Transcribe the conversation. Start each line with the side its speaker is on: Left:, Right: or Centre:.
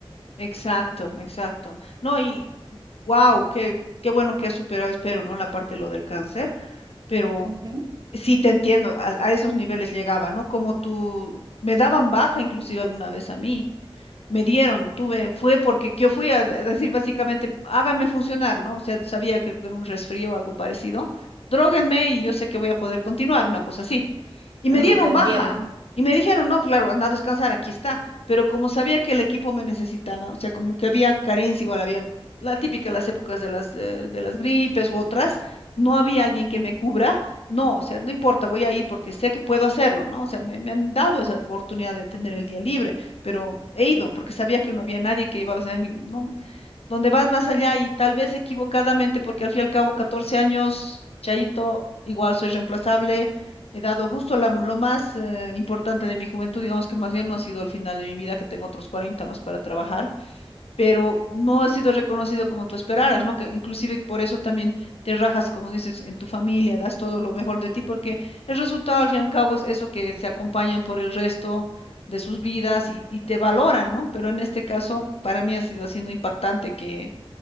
Left: Exacto, exacto. No, y wow, qué, qué bueno que has superado, espero, ¿no? La parte de lo del cáncer, pero
Right: Ujú.
Left: Sí, te entiendo, a, a esos niveles llegaba, ¿no? Como tú, me daban baja inclusive alguna vez a mí, me dieron, tuve, fue porque yo fui a de- decir básicamente, háganme funcionar, ¿no? O sea, sabía que era un resfrío o algo parecido, dróguenme y yo sé que voy a poder continuar, una cosa así. Y me
Right: Ah,
Left: dieron
Right: te entiendo.
Left: baja. Y me dijeron, no, claro, anda a descansar, aquí está. Pero como sabía que el equipo me necesitaba, o sea, como que había carencia, igual había la típica las épocas de las, eh, de las gripes u otras, no había alguien que me cubra. No, o sea, no importa, voy a ir porque sé que puedo hacerlo, ¿no? O sea, me, me han dado esa oportunidad de tener el día libre, pero he ido porque sabía que no había nadie que iba a hacer mi... No, donde vas más allá y tal vez equivocadamente, porque al fin y al cabo, 14 años, Chaito, igual soy reemplazable He dado justo la- lo más eh, importante de mi juventud, digamos que más bien no ha sido el final de mi vida, que tengo otros 40 más para trabajar, pero no ha sido reconocido como tú esperaras, ¿no? Que inclusive por eso también te rajas, como dices, en tu familia, das todo lo mejor de ti, porque el resultado al fin y al cabo es eso que se acompañan por el resto de sus vidas y, y te valoran, ¿no? Pero en este caso, para mí ha sido siendo impactante que